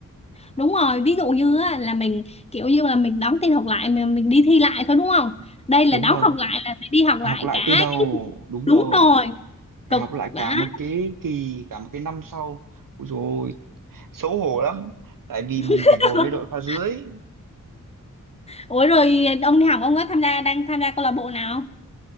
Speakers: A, on the left; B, on the right.
A: đúng rồi ví dụ như á, là mình kiểu như là mình đóng tin học lại mình, mình đi thi lại thôi đúng không đây là
B: đúng
A: đóng
B: rồi
A: học lại là phải đi học
B: phải
A: lại
B: học lại
A: cả
B: từ đầu đúng
A: đúng
B: rồi
A: rồi
B: phải
A: cực
B: học lại
A: đã
B: cả một cái kỳ cả một cái năm sau Ôi dồi ôi, xấu hổ lắm tại vì mình
A: <laughs>
B: phải ngồi với đội khoa dưới
A: ủa rồi ông đi học ông có tham gia đang tham gia câu lạc bộ nào không?